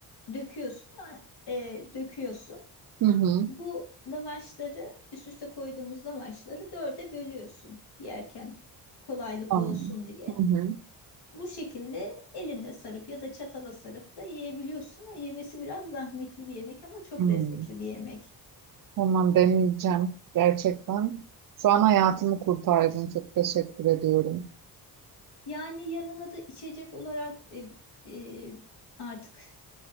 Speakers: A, on the left; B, on the right.
A: döküyorsun. a- e, döküyorsun.
B: Hı hı.
A: Bu lavaşları üst üste koyduğumuz lavaşları dörde bölüyorsun yerken kolaylık
B: Tamam.
A: olsun diye.
B: Hı hı.
A: Bu şekilde elinle sarıp ya da çatala sarıp da yiyebiliyorsun. O yemesi biraz zahmetli bir yemek ama çok
B: Hı.
A: lezzetli bir yemek.
B: Tamam demeyeceğim. Gerçekten. Şu an hayatımı kurtardın. Çok teşekkür ediyorum.
A: Yani yanına da içecek olarak e, e, artık